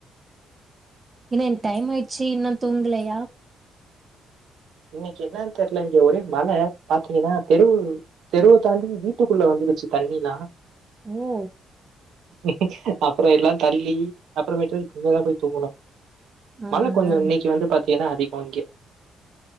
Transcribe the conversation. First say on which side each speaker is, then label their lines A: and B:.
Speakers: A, on the right; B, on the right.
A: என்ன என்கக டைம் ஆய்ட்ச்சி இன்னு தூங்கலையா
B: இன்னைக்கி என்னனு தெரில இங்க ஒரே மழ பாத்தீங்கனா தெரு தெருவ தாண்டி வீட்டுக்குள்ள வந்துருச்சி தண்ணிலா
A: ஓ
B: <unintelligible> அப்றோ எல்லாரு தள்ளி அப்புறமேட்டு கிளியரா போய் தூங்குனோ
A: ஆ
B: மழ கொஞ்ச
A: ஆ
B: இன்னக்கி வந்து பாத் தீங்கனா அதிகோ இங்க